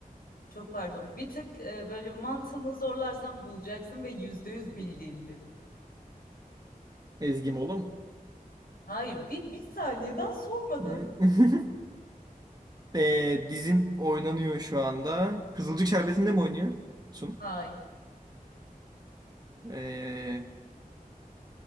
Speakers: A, on the left; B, on the right.
A: çok pardon. Bir tık e, böyle mantığını zorlarsan bulacaksın ve yüzde yüz bildiğin biri.
B: Ezgi Mola
A: Hayır bir, bir saniye daha sormadın.
B: Hı. <laughs> Ee, dizin oynanıyor şu anda. Kızılcık Şerbeti'nde mi oynuyorsun?
A: Hayır.
B: Ee,